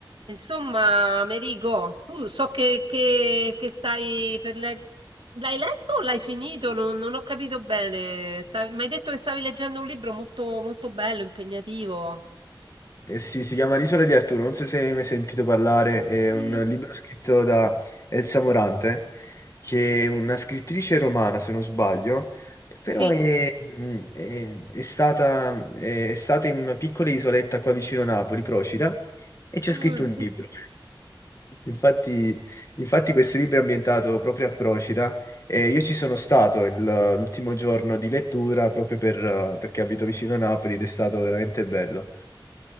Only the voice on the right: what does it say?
Insomma, Merigo, tu so che, che- che stai per leggere. L'hai letto o l'hai finito? Non, non ho capito bene. Stavi- Mi hai detto che stavi leggendo un libro molto, molto bello, impegnativo.
Eh,
Sì.
Ah,
sì,
sì, sì.